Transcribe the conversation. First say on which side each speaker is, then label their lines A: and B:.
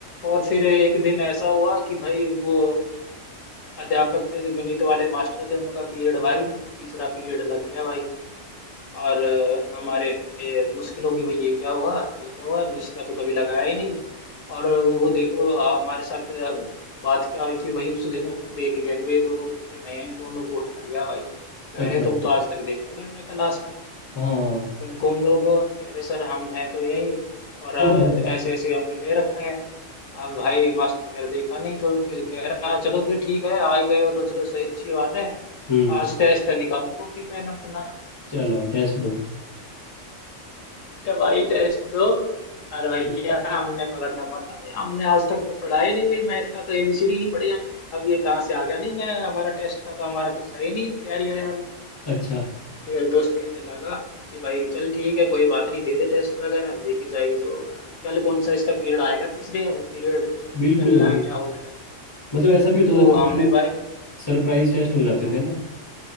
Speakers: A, on the left (about 75°); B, on the left (about 40°).
A: और फिर एक दिन ऐसा हुआ कि भाई वो अध्यापक थे जो गणित वाले मास्टर थे उनका पीरियड भाई तीसरा पीरियड लग गया भाई और अ, हमारे ए, मुश्किल होगी भाई ये क्या हुआ ये क्या हुआ इसका तो कभी लगाया ही नहीं और वो देखो आ, हमारे साथ अ, बात क्या हुई कि भाई उस दिन हमने देख लिया कि भाई दोनों लड़के नए हैं दोनों को उठा लिया भाई कह
B: अच्छा
A: रहे तुम तो आज तक देखे नहीं हमने क्लास में
B: हाँ
A: तुम कौन लोग हो कह रहे सर हम हैं तो यही और
B: <laughs>
A: अ, ऐसे ऐसे हमने ले रखा है अब भाई मास्टर कह रहा देखा नहीं तो कह कह रहा चलो फिर ठीक है आ ही गए हो तो चलो सही अच्छी बात है
B: हम्म
A: आज टेस्ट निकालो कॉपी पेन अपना
B: चलो टेस्ट दो
A: तो भाई टेस्ट दो अरे भैया
B: <laughs>
A: हमने पकड़ा मत भाई हमने आज तक तो पढ़ा ही नहीं भाई मैथ का तो एबीसीडी नहीं पढ़ी हमने अब ये कहाँ से आ गया भाई मैं हमारा टेस्ट का तो हमारा कुछ है ही नहीं तैयारी है यार
B: अच्छा
A: फिर दोस्त कहने लगा कि भाई चल ठीक है कोई बात नहीं दे दे टेस्ट वगैरह देखी जाएगी जो होगा कल कौन सा इसका पीरियड आएगा तीसरे पीरियड
B: बिल्कुल
A: चलना
B: भाई
A: क्या होता है
B: मतलब ऐसा भी होता
A: तो
B: था कभी
A: हमने भाई
B: सरप्राइज टेस्ट हो जाते
A: हाँ
B: थे ना